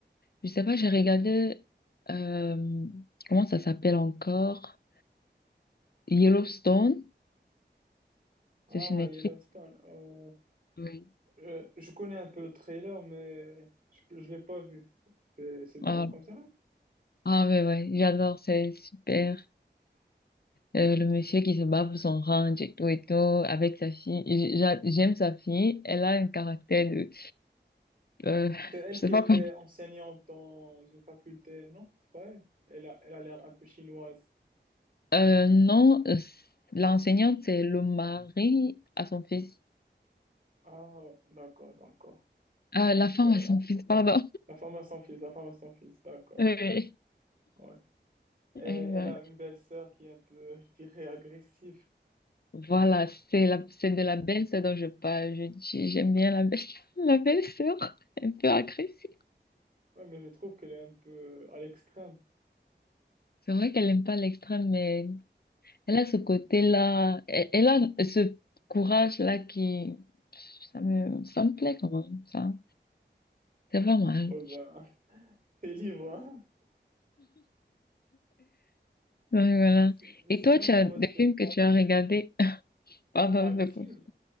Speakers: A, on the left (about 55°); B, on the right (about 50°).
A: Je sais pas, j'ai regardé, euh, comment ça s'appelle encore? Yellowstone.
B: Ah,
A: C'est sur Netflix.
B: Yellowstone. Euh,
A: Oui.
B: Euh, je connais un peu le trailer, mais je ne l'ai pas vu. C'est c'est bien
A: Ah,
B: comme ça.
A: ah ouais, ouais, j'adore, c'est super. Euh, le monsieur qui se bat pour son ranch et tout et tout, avec sa fille. J- j'a- J'aime sa fille, elle a un caractère de... Euh, <laughs>
B: C'est elle
A: je sais
B: qui
A: pas
B: était
A: quoi.
B: enseignante dans une faculté, non? C'est pas elle. Elle a, elle a l'air un peu chinoise.
A: Euh, non, euh, l'enseignante, c'est le mari à son fils.
B: Ah, ouais, d'accord, d'accord.
A: Ah,
B: Donc,
A: la femme
B: euh,
A: à son fils, pardon.
B: la femme à son fils, la femme à son fils, d'accord.
A: <laughs> Oui,
B: Ouais. Et elle
A: exact.
B: a une belle sœur qui est un peu, <laughs> je dirais, agressive.
A: Voilà, c'est la, c'est de la belle-sœur dont je parle. Je- j'ai- j'aime bien la belle, <laughs> la belle-sœur, un peu agressive.
B: Ouais, mais je trouve qu'elle est un peu à l'extrême.
A: C'est vrai qu'elle n'aime pas l'extrême, mais Elle a ce côté-là, elle, elle a ce courage-là qui, ça me, ça me plaît quand même, ça. C'est pas mal.
B: Ouais, ben, <laughs> t'es libre, hein?
A: Ouais, voilà.
B: Si-
A: Et
B: Sinon,
A: toi, tu as
B: toi,
A: des
B: t'es...
A: films que tu as regardés? <laughs> Pardon,
B: Ah, le
A: je
B: film?
A: te coupe.